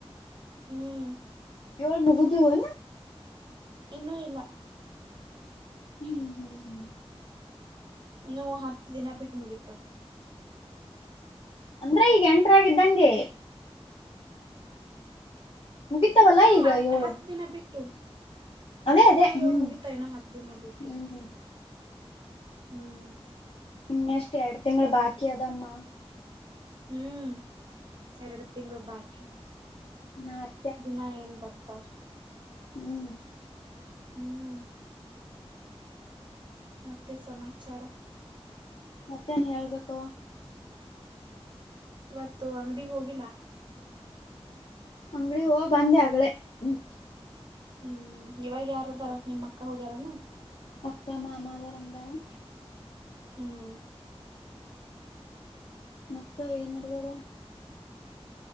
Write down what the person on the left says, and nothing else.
ಏಳು ಮುಗುದು ವೇನು.
ಹ್ಮ್ ಹ್ಮ್ ಹ್ಮ್
ಅಂದ್ರೆ ಈಗ ಎಂಟರಾಗಿದ್ದಂಗೆ. ಮುಗಿತಾವಲ್ಲಾ
ಈಗ
ಏಳು
ಅದೇ ಅದೇ
ಹ್ಮ್
ಹ್ಮ್
ಇನ್ನ ಅಷ್ಟು ಎರಡು ತಿಂಗಳು ಬಾಕಿ ಅದಮ್ಮ.
ನಾರೀ
ಹ್ಮ್
ಮತ್ತೇನ್ ಹೇಳ್ಬೇಕವ್ವ.
ಅಂಗಡಿಗ ಹೂಗ್ ಬಂದೆ ಆಗ್ಳೇ ಹ್ಮ.
ಅಕ್ಕ ಮಾಮ ಅದರ ಅಂಗ್ಡ್ಯಾಗ.
ಮತ್ತ ಏನ್ ನಡದದ.